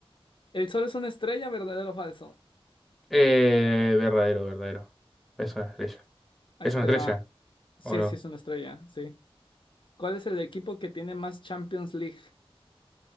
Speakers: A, on the left; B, in the centre.
A: ¿El sol es una estrella, verdadero o falso?
B: Eh, verdadero, verdadero. Es una estrella.
A: Ahí
B: ¿Es una
A: te
B: estrella
A: va. Sí,
B: o no?
A: sí, es una estrella, sí. ¿Cuál es el equipo que tiene más Champions League?